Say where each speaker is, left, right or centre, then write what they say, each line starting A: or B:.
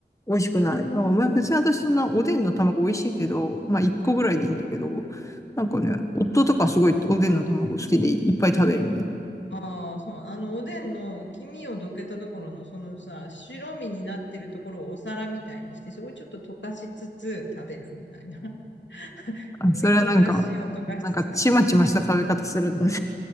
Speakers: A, on the left (about 15°); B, on the left (about 80°).
A: 美味しくない。なんかまあ別に私そんなおでんの卵美味しいけど、まあ一個ぐらいでいいんだけど、
B: うん。
A: なんかね、
B: うん
A: 夫とかすごいおでんの卵好きでいっぱい食べるね。
B: ああ、そう。あの、おでんの黄身をどけたところの、そのさ、白身になってるところをお皿みたいにして、そこにちょっと溶かしつつ食べるみたいな。<laughs>
A: あ、
B: 黄身と出汁を溶かしつつ食べる。
A: それはなんか、なんかちまちました食べ方するんだね。